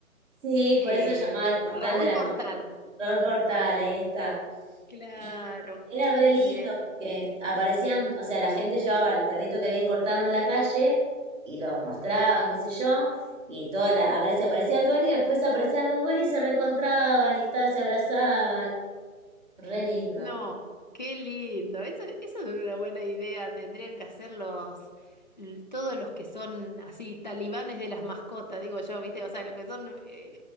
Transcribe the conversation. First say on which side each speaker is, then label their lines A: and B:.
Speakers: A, in the centre; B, on the left (about 35°).
A: Sí,
B: Eh,
A: por eso se llamaba El Portal
B: Raúl
A: de las
B: Portal.
A: Mascotas. Raúl Portal, ahí está.
B: Claro,
A: Y era
B: qué
A: re lindo
B: bien.
A: porque aparecían, o sea, la gente llevaba el perrito que habían cortado en la calle y los mostraban, qué sé yo, y toda la, a ver si aparecía el dueño y después aparecían los dueños y se reencontraban y está, se abrazaban. Re lindo.
B: No, qué lindo. Eso, eso es una buena idea. Tendrían que hacer los, l- todos los que son así talibanes de las mascotas, digo yo, ¿viste? O sea, los que son eh,